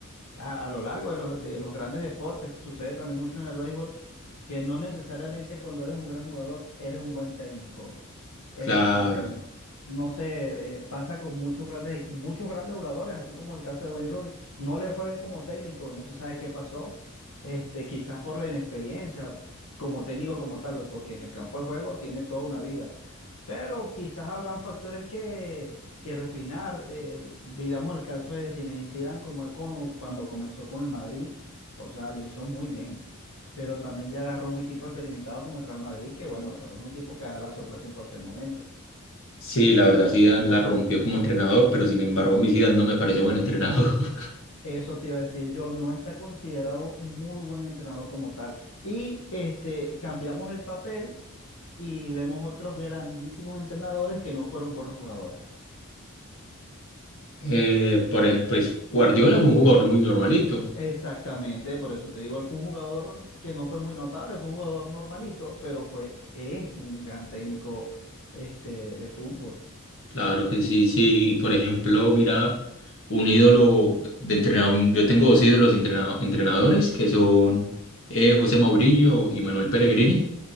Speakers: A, on the left (about 80°); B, on the left (about 60°).
A: a, a lo largo de los, de los grandes deportes, sucede también mucho en el béisbol, que no necesariamente cuando eres un gran jugador eres un buen técnico. Este,
B: Claro.
A: no sé, eh, pasa con muchos grandes, muchos grandes jugadores, así como el caso de Wayne Rooney. No le fue bien como técnico, no se sabe qué pasó, este, quizás por la inexperiencia, como técnico como tal vez, porque en el campo de juego tiene toda una vida. Pero quizás habrán factores que que refinar. eh, miramos el caso de Zinedine Zidane como él con- cuando comenzó con el Madrid, o sea, lo hizo muy bien, pero también ya agarró un equipo experimentado como el Real Madrid, que bueno, es un equipo que da la sorpresa en cualquier momento.
B: Sí, la verdad, Zidane la rompió como entrenador, pero sin embargo a mí Zidane no me parece buen entrenador. <laughs>
A: Eso te iba a decir yo, no está considerado muy buen entrenador como tal. Y este, cambiamos el papel y vemos otros grandísimos entrenadores que no fueron buenos jugadores.
B: Eh, por ejemplo, pues Guardiola fue un jugador muy normalito,
A: Exactamente, por eso te digo, él fue un jugador que no fue muy notable, fue un jugador normalito, pero fue, es un gran técnico este, de fútbol.
B: claro que sí, sí. Y por ejemplo, mira, un ídolo de entrenador, yo tengo dos ídolos entrenado- entrenadores que son eh, José Mourinho y Manuel Pellegrini.